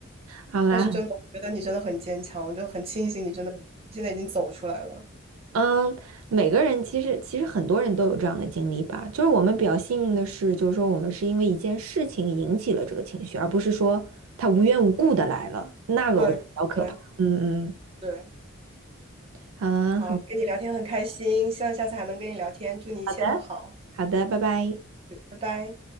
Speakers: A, on the right; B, on the right.
A: 好啦，
B: 但是真的，我觉得你真的很坚强，我就很庆幸你真的现在已经走出来了。
A: 嗯，每个人其实其实很多人都有这样的经历吧，就是我们比较幸运的是，就是说我们是因为一件事情引起了这个情绪，而不是说他无缘无故的来了，那个我觉得比较可怕。
B: 对对
A: 嗯嗯，
B: 对，
A: 好啊，
B: 好，跟你聊天很开心，希望下次还能跟你聊天，祝你一切都好，
A: 好的，好的，拜拜。
B: 拜拜。